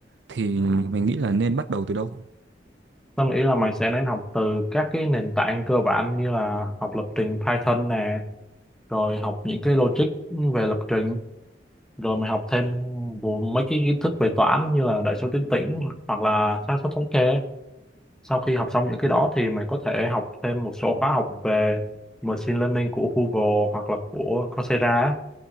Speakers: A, on the right; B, in the centre.
A: thì mình nghĩ là nên bắt đầu từ đâu?
B: tao nghĩ là mày sẽ nên học từ các cái nền tảng cơ bản như là học lập trình Python nè rồi học những cái logic về lập trình rồi mày học thêm vô mấy cái kiến thức về toán như là đại số tuyến tĩnh hoặc là xác suất thống kê sau khi học xong những cái đó thì mày có thể học thêm một số khóa học về machine learning của Google hoặc là của Coursera á.